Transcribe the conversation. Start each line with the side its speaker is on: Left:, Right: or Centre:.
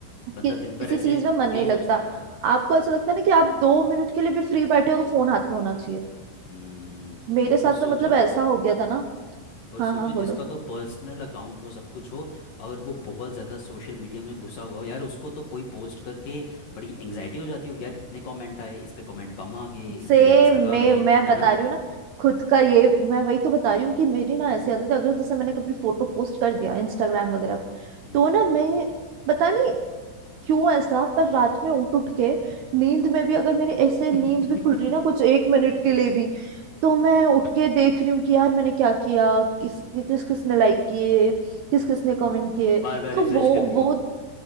Left: बंदा
Right: कि-
Left: दिन भर
Right: किसी
Left: ऐसे
Right: चीज में मन
Left: यही
Right: नहीं लगता
Left: सोचता रहता है
Right: आपको ऐसा लगता है ना कि आप दो मिनट के लिए भी फ्री बैठे हो तो फोन हाथ में होना चाहिए
Left: हम्म
Right: मेरे साथ
Left: और सोचो
Right: तो मतलब ऐसा हो गया था ना
Left: और
Right: हाँ
Left: सोचो
Right: हाँ बोलो
Left: जिसका तो पर्सनल अकाउंट हो सब कुछ हो और वो बहुत ज़्यादा सोशल मीडिया में घुसा हुआ हो यार उसको तो कोई पोस्ट करके बड़ी एंग्जाइटी हो जाती होगी यार कितने कमेंट आए इस पे कमेंट कम आ गए इस
Right: सेम
Left: पे लाइक ज़्यादा
Right: मैं
Left: आ गए
Right: मैं
Left: है
Right: बता
Left: ना
Right: रही हूँ ना खुद का ये मैं वही तो बता रही हूँ कि मेरी ना ऐसी आदत है अगर जैसे मैंने कभी फोटो पोस्ट कर दिया इंस्टाग्राम वगैरह पे
Left: हम्म
Right: तो ना मैं पता नहीं क्यों ऐसा पर रात में उठ उठ के नींद में भी अगर मेरी ऐसे नींद
Left: <laughs>
Right: भी खुल रही है ना कुछ एक मिनट के लिए भी तो मैं उठ के देख रही हूँ कि यार मैंने क्या किया किस किस किसने लाइक किए किस किसने
Left: हाँ
Right: कमेंट किए
Left: बार बार
Right: तो
Left: रिफ्रेश
Right: वो
Left: कर रही
Right: वो
Left: हो